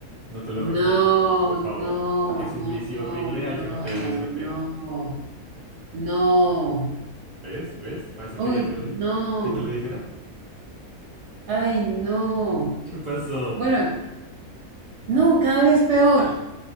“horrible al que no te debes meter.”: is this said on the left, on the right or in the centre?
Left